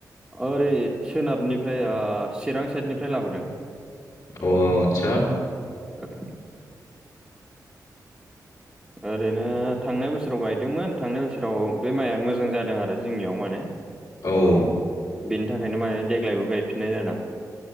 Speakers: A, in the centre; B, on the left (about 60°).
A: ओरै सोनाबनिफ्राय ओ चिरां साइडनिफ्राय लाबोदों।
B: औ औ आदसा।
A: ओं ओरैनो थांनाय बोसोराव गायदोंमोन थांनाय बोसोराव बे माइआ मोजां जादों आरो जोंनियाव माने।
B: औ
A: बिनि थाखायनो माने देग्लायबो गायफिननाय जादों।